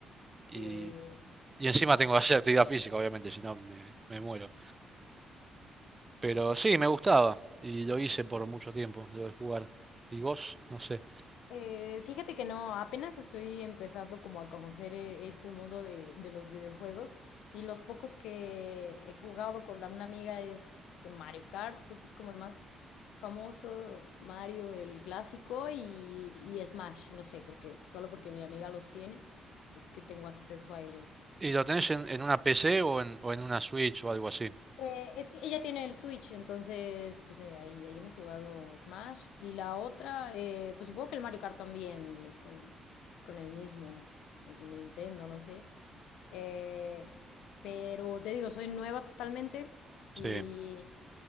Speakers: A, on the right; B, on the left.
A: Y,
B: Sí.
A: y encima tengo que hacer actividad física, obviamente, si no me, me muero. Pero sí, me gustaba y lo hice por mucho tiempo, lo de jugar. ¿Y vos? No sé.
B: Eh, fíjate que no, apenas estoy empezando como a conocer eh, este mundo de, de los videojuegos y los pocos que he jugado con la- una amiga es de Mario Kart, creo que es como el más famoso, Mario el clásico y, y Smash, no sé, creo que solo porque mi amiga los tiene es que tengo acceso a ellos.
A: ¿Y lo tenés en, en una PC o en, o en una Switch o algo así?
B: Eh, es que ella tiene el Switch, entonces pues eh, ahí, ahí hemos jugado Smash. Y la otra, eh, pues supongo que el Mario Kart también es con, con el mismo, con el Nintendo, no sé. Eh, pero te digo, soy nueva totalmente
A: Sí.
B: y